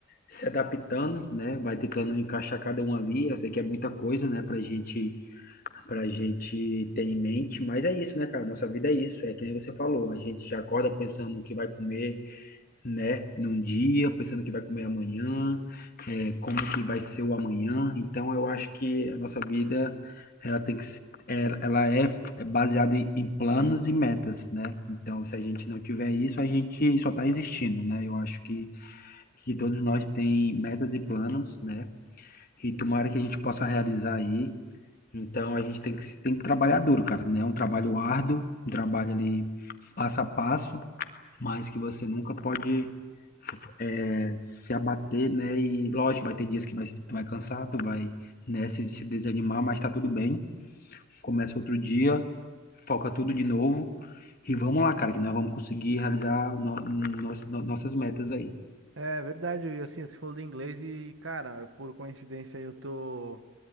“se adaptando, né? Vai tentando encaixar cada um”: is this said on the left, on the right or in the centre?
Left